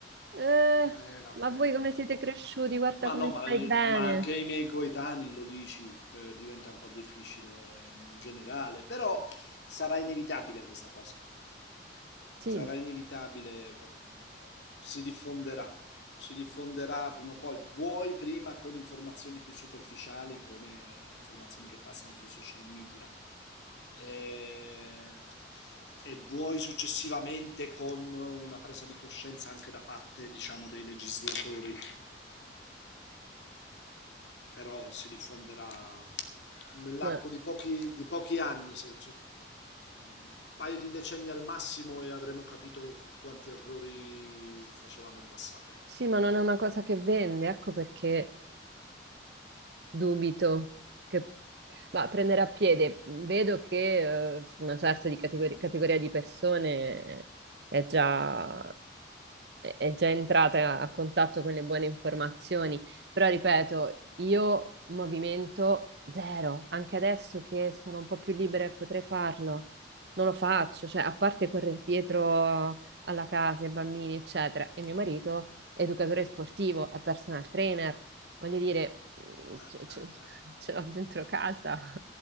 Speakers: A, on the right; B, on the left.
A: Eh,
B: Eh, vabbè.
A: ma voi come siete cresciuti? Guarda
B: Ma
A: come
B: no, ma,
A: stai bene.
B: ma anche i miei coetanei lo dici, eh, diventa un po' difficile in generale, però sarà inevitabile questa cosa
A: Sì,
B: sarà inevitabile, si diffonderà, si diffonderà prima o poi, vuoi prima con informazioni più superficiali come informazioni che passano sui social media e, e vuoi successivamente con una presa di coscienza anche da parte diciamo, dei legislatori però si diffonderà nell'arco
A: ma,
B: di pochi, di pochi anni, se- se- un paio di decenni al massimo e avremo capito quanti errori facevamo in passato.
A: sì, ma non è una cosa che vende, ecco perché dubito che... Ma prendere a piede, vedo che eh, su una certa di categori- categoria di persone è già è è già entrata a contatto con le buone informazioni, però ripeto, io movimento zero, anche adesso che sono un po' più libera e potrei farlo, non lo faccio, cioè a parte correre dietro alla casa, ai bambini, eccetera, e mio marito è educatore sportivo, è personal trainer, voglio dire, mm,
B: Ah,
A: ce, ce-
B: ah, ah,
A: ce l'ho dentro casa <laughs>